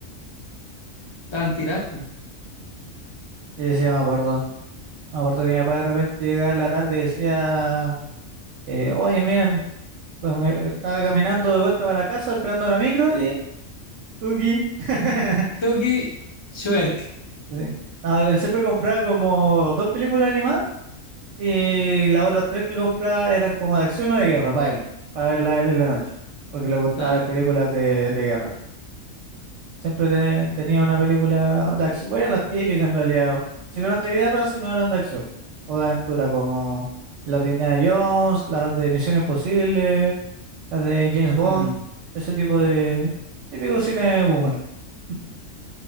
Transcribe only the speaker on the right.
Sí, sí, me acuerdo. Me acuerdo que mi papá de repente llegaba en la tarde y decía, eh, oye, miren, pues me- estaba caminando de vuelta para la casa esperando la micro y Tuki. <laughs>
Sí. No, él siempre compraba como dos películas animadas y las otras tres que compraba eran como de acción o de guerra para él, para verla él en la noche, porque le gustaba
ver películas de, de guerra. Siempre te- tenía una película de acción. Bueno, las típicas en realidad. Si no eran de guerra, si no eran de acción. O de aventura, como las de Indiana Jones, las de Misión Imposible, las de James Bond.
Ese tipo de típico cine boomer. <laughs>